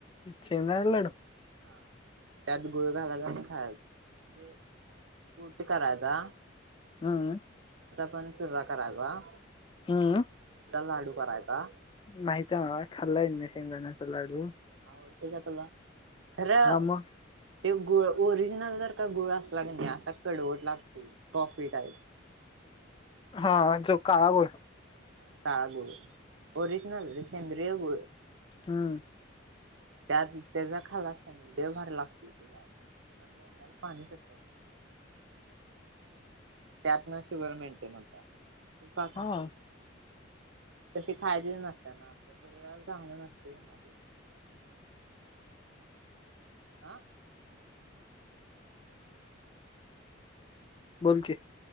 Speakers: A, on the left; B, on the right.
A: शेंगदाण्याचा लाडू,,
B: हा,, त्यात गुळ घालायचा आणी खायाचा, म्हणजेऽऽ का राजा,,
A: हमम
B: पण चुर्रा कराायचाऽऽ
A: हम्,
B: लाडू करायचा,,
A: माहीतय मला, खालाय मि पन शेंगदाण्याचा लाडू,,
B: आवडतय का तुला? खरंऽ
A: हा मग
B: ते गुळ,, ओरिजिनल जर का गुळ असला क नाही असा कडवट लागतय,, कॉफी टाईप.
A: हा,,
B: मस्तच
A: जो
B: लागते
A: काळा गूळ.
B: काळा गुळ,, ओरिजनल रे, सेंद्रिय गुळ.
A: हम्,
B: त्यात त्याचा खालाच क नाही,, तो भारी लागतय ऽऽ तोंडाला पाणी सुटलय,, त्यातन शुगर मेंटेन होत्या, तुप खातऽऽ
A: हा
B: तशी खायचीच नसत्या,, आपल्या शरी चांगले नसते ना तेऽऽ आह,,
A: बोल की,,